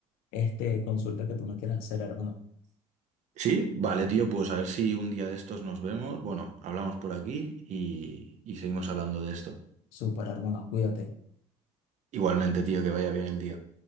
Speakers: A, on the left (about 75°); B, on the right (about 55°).
A: este, consulta que tú me quieras hacer, hermano.
B: Sí, vale, tío, pues a ver si un día de estos nos vemos. Bueno, hablamos por aquí y, y seguimos hablando de esto.
A: Super, hermano, cuídate.
B: Igualmente, tío, que vaya bien el día.